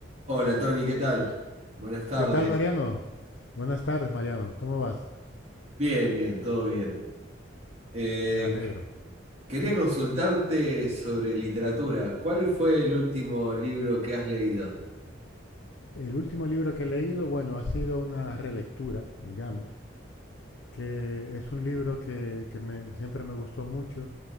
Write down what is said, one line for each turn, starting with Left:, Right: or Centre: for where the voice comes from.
Right: Hola Tony, ¿qué tal? Buenas tardes.
Left: ¿Qué tal, Mariano? Buenas tardes, Mariano. ¿Cómo vas?
Right: Bien, bien, todo bien. Eh,
Left: Me alegro.
Right: qu- quería consultarte sobre literatura. ¿Cuál fue el último libro que has leído?
Left: El último libro que he leído, bueno, ha sido una relectura, digamos, que es un libro que, que me- siempre me gustó mucho